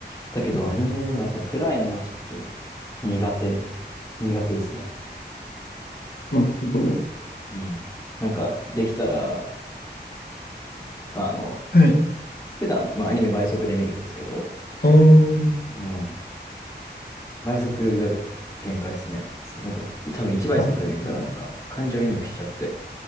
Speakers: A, on the left; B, on the left.
A: だけど、
B: ね。
A: アニメでもやっぱ暗いのはちょっと苦手、苦手ですね。
B: なるほど。
A: うん。なんか、できたら、そうあの、
B: はい。
A: 普段、まあ、アニメ倍速で見るんですけど、
B: ああ、な
A: でも、倍速が限界ですね。僕、多分1倍速で見たら、
B: るほど。
A: なんか、感情移入しちゃって、